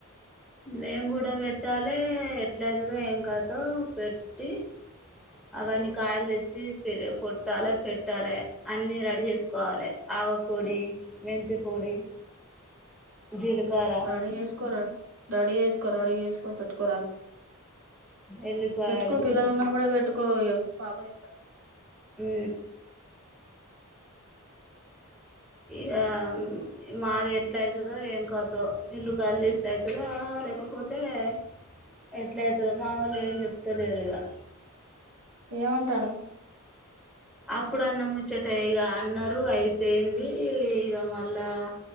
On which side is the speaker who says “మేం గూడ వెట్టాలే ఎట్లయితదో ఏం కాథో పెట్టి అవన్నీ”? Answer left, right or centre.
Centre